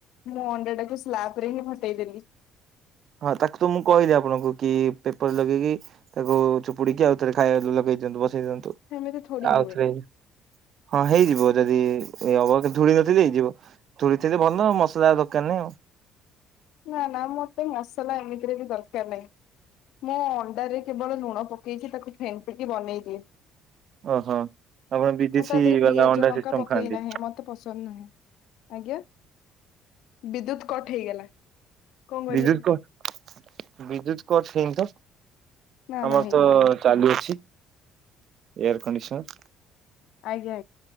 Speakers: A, on the left; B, on the right.
A: ମୁଁ ଅଣ୍ଡା ଟାକୁ ସ୍ଲାବ ରେ ହିଁ ଫଟେଇ ଦେଲି।
B: ହଁ ତାକୁ ତ ମୁଁ କହିଲି ଆପଣଙ୍କୁ, କି ପେପର ଲଗେଇକି ତାକୁ ଚୁପୁଡିକି ଆଉ ଥରେ ଖାଇବା ଲଗେଇ ଦିଅନ୍ତୁ ବ ନେଇଦିନ୍ତୁ,
A: ସେମିତି ଥୋଡି
B: ଆଉଥରେ
A: ହୁଏ।
B: ହଁ ହେଇଯିବ। ଥିବ ଯଦି ଏ ଅବ ଧୁଳି ନଥିଲେ ହେଇ ଯିବ। ଧୁଳି ଥିଲେ ଭଲ ମସଲା ଦରକାର ନାହିଁ ଆଉ।
A: ନା ନା ମତେ ମସଲା ଏମିତିରେ ବି ଦରକାର ନାହିଁ। ମୁଁ ଅଣ୍ଡାରେ କେବଳ ଲୁଣ ପକେଇଛି ତାକୁ ଫେଣ୍ଟିକି ବନେଇଦିଏ।
B: ଓହୋ ଆପଣ ବିଦେଶୀ
A: ମୁଁ ତା ଦେହରେ
B: ବାଲା
A: ପିଆଜ
B: ଅଣ୍ଡା
A: ଲଙ୍କା
B: ସିଷ୍ଟମ
A: ପକେଇ
B: ଖାଆନ୍ତି।
A: ନାହିଁ ମତେ ପସନ୍ଦ ନୁହେଁ। ଆଜ୍ଞା। ବିଦ୍ୟୁତ୍ କଟ୍ ହେଇଗଲା କଣ କରିବା?
B: ବିଦ୍ୟୁତ କଟ ବିଦ୍ୟୁତ କଟ ହେଇନି ତ
A: ନା
B: ଆମର
A: ନା ହେଇନି
B: ତ
A: ହେଇନି
B: ଚାଲୁ ଅଛି ଏୟାର କଣ୍ଡିସନ୍।
A: ଆଜ୍ଞା